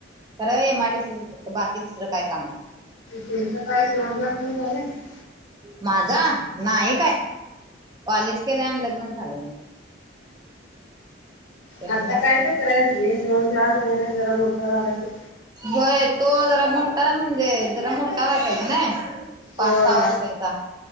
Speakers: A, on the right; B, on the left.
A: खर एम आरडीसीच फक्त बाकी दुसरं काय काम नाही.
B: तुमचं काय शहरला फू झालंय. <inaudible>
A: माझा नाही काय कॉलेज केलं आणि लग्नच झाले. सेव्हन
B: आता
A: क्लास
B: काय तर करायच. <unintelligible> क्लास वगैरे जरा मोठा झाला की.
A: होय तो जरा मोठा म्हणजे जरा मोठा व्हाय पाहिजे ना. पाच
B: होय
A: सहा वर्षांचा